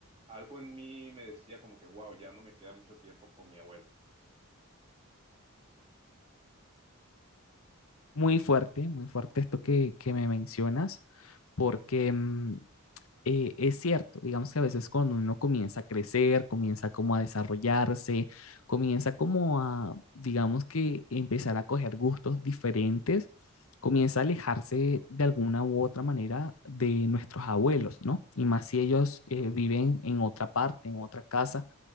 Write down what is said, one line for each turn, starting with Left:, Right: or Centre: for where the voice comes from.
Right: algo en mí me decía como que, wow, ya no me queda mucho tiempo con mi abuela.
Left: Muy fuerte, muy fuerte esto que, que me mencionas, porque mm, eh, es cierto, digamos que a veces cuando uno comienza a crecer, comienza como a desarrollarse, comienza como a, digamos que empezar a coger gustos diferentes, comienza a alejarse de alguna u otra manera de nuestros abuelos, ¿no? Y más si ellos eh, viven en otra parte, en otra casa